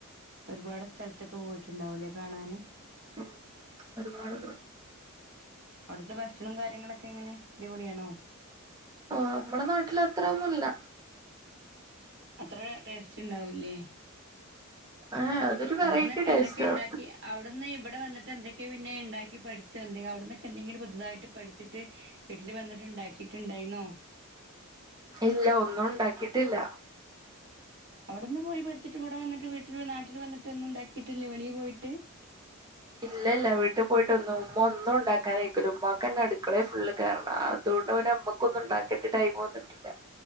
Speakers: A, on the right (about 55°); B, on the right (about 20°).
A: ഒരുപാട് സ്ഥലത്തൊക്കെ പോയിട്ടുണ്ടാവൂല്ലേ കാണാന്
B: ഉം ഒരുപാട്
A: അവിടുത്തെ ഭക്ഷണം കാര്യങ്ങളൊക്കെ എങ്ങനെ അടിപൊളിയാണോ
B: നമ്മടെ നാട്ടിൽ അത്രൊന്നുല്ല
A: അത്ര ടേസ്റ്റ് ഉണ്ടാവൂല്ലേ
B: ഏഹ് അതൊരു
A: അവിടന്നൊക്കെ
B: വെറൈറ്റി ടേസ്റ്റാണ്
A: എന്തൊക്കെ ഇണ്ടാക്കി അവിടുന്ന് ഇവിടെ വന്നിട്ട് എന്തൊക്കെ പിന്നെ ഇണ്ടാക്കി പഠിച്ചോ എന്തെങ്കിൽ അവിടുനൊക്കെ എന്തെങ്കിലും പുതുതായിട്ട് പഠിക്കു വച്ചിട്ട് വീട്ടില് വന്നിട്ട് ഇണ്ടാക്കിട്ടുണ്ടായിനോ
B: ഇല്ല ഒന്നും ഉണ്ടാക്കിട്ടില്ല
A: അവിടെന്ന് പോയി പഠിച്ചിട്ട് ഇവിടെ വന്നിട്ട് വീട്ടിൽ നാട്ടിൽ വന്നിട്ട് ഒന്നും ഉണ്ടാക്കിട്ടില്ല വെളിൽ പോയിട്ട്
B: ഇല്ല ഇല്ല വീട്ടിൽ പോയിട്ടൊന്ന് ഉമ്മ ഒന്നും ഉണ്ടാക്കാനയിക്കൂല ഉമ്മാക്ക് അന്നെ അടുക്കളേല് ഫുള്ള് കേറണം അതും അത്കൊണ്ട് മ്മക്ക് ഒന്നുംണ്ടാക്കനായിട്ട് ടൈം വന്നിട്ടില്ല